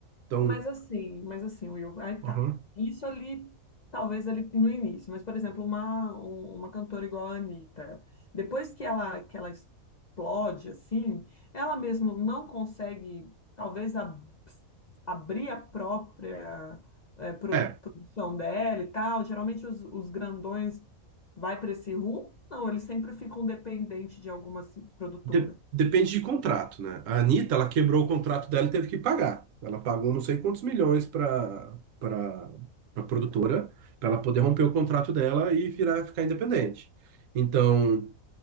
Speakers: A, on the right; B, on the left.
A: Então,
B: Mas assim, mas assim, Will, aí
A: Aham.
B: tá. Isso ali, talvez ali no início, mas, por exemplo, uma, um- uma cantora igual a Anitta, depois que ela, que ela explode, assim, ela mesmo não consegue, talvez, ab- abrir a própria eh, pro-
A: É,
B: produção dela e tal. Geralmente os, os grandões vai para esse rumo, não, eles sempre ficam dependentes de alguma assim, produtora.
A: de- depende de contrato, né? A Anitta, ela quebrou o contrato dela e teve que pagar. Ela pagou não sei quantos milhões para para a produtora, para ela poder romper o contrato dela e virar ficar independente. Então,